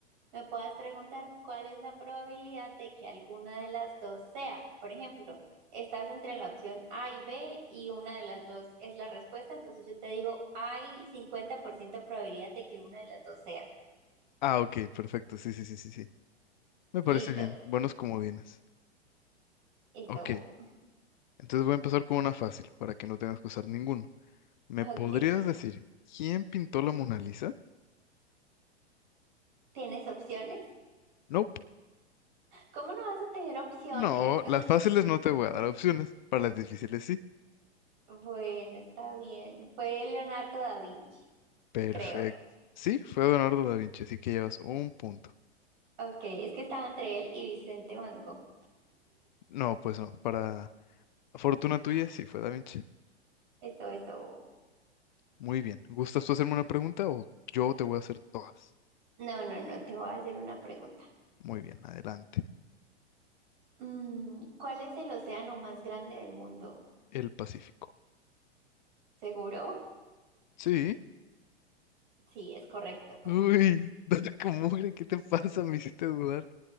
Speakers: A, on the right (about 45°); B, on the left (about 45°).
A: me puedas preguntar cuál es la probabilidad de que alguna de las dos sea. Por ejemplo, estás entre la opción A y B y una de las dos es la respuesta, entonces yo te digo, hay 50% probabilidad de que una de las dos sea.
B: Ah, ok, perfecto. Sí, sí, sí, sí, sí. Me parece
A: Listo,
B: bien. Buenos comodines.
A: eso.
B: Ok. Entonces voy a empezar con una fácil, para que no tengas que usar ninguno. ¿Me
A: Ok.
B: podrías decir quién pintó la Mona Lisa?
A: ¿Tienes opciones?
B: Nope.
A: ¿Cómo no vas a tener opciones?
B: No,
A: <laughs>
B: las fáciles no te voy a dar opciones, para las difíciles sí.
A: Bueno, está bien. Fue Leonardo da Vinci,
B: Perfecto.
A: creo.
B: Sí, fue Leonardo da Vinci, así que llevas un punto.
A: Ok, es que estaba entre él y Vicente Van Gogh.
B: No, pues no, para fortuna tuya sí fue da Vinci.
A: Eso, eso.
B: Muy bien. ¿Gustas tú hacerme una pregunta o yo te voy a hacer todas?
A: No, no, no, te voy a hacer una pregunta.
B: Muy bien, adelante.
A: Mm, ¿cuál es el océano más grande del mundo?
B: El Pacífico.
A: ¿Seguro?
B: Sí.
A: Sí, es correcto.
B: Uy, <laughs> dale como mugre, ¿qué te pasa? Me hiciste dudar.